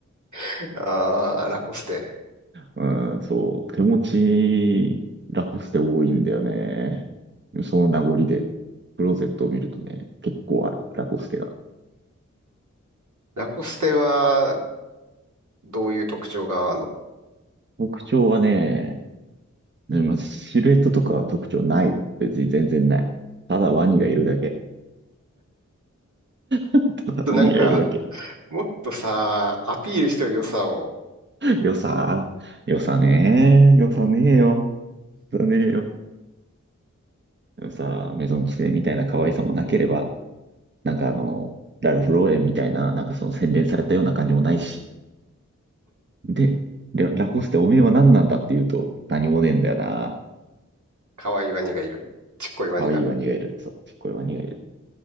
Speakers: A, on the right; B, on the right.
A: <laughs> あー、ラコステ。
B: うん、そう、手持ち、ラコステ多いんだよね。その名残で、クローゼットを見るとね、結構ある、ラコステが。
A: ラコステは、どういう特徴がある
B: 特徴はね、でもシルエットとかは特徴ないよ。別に全然ない。ただワニがいるだけ。<laughs> ただワニがいるだけ。
A: のなんか、もっとさ、アピールしてよ、良さを。
B: よさ、よさねー、よさねーよ。だねえよ。でもさ、メゾンキセみたいな可愛さもなければ、なんかあの、ラルフローレンみたいな、なんかその洗練されたような感じもないし。で、ララコステおめえは何なんだって言うと、何もねえんだよな。
A: 可愛いワニがいる。ちっこいワニが。
B: 可愛いワニがいる。そう、ちっこいワニがいる。